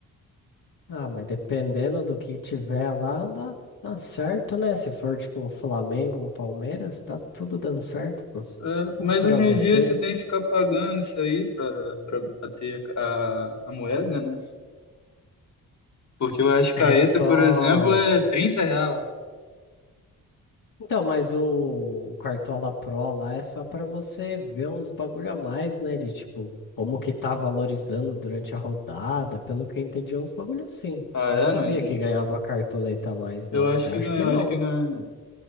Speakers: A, on the left (about 60°); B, on the left (about 45°).
A: Ah, mas dependendo do que tiver lá, dá, dá certo, né? Se for tipo um Flamengo, um Palmeiras, tá tudo dando certo pro-
B: É, mas
A: <laughs> pra
B: hoje
A: você.
B: em dia você tem que ficar pagando isso aí pra, pra, pra ter a, a moeda, né? Porque o Ascaeta,
A: É só.
B: por exemplo, é 30 real.
A: Então, mas o, o Cartola Pro lá é só para você ver uns bagulho a mais, né? De tipo, como que tá valorizando durante a rodada, pelo que eu entendi, é uns bagulho assim.
B: Ah,
A: Não sabia
B: é? Não,
A: que ganhava cartoleta a mais,
B: eu
A: não.
B: acho
A: Eu
B: que
A: acho
B: ganhou,
A: que não.
B: eu acho que ganha.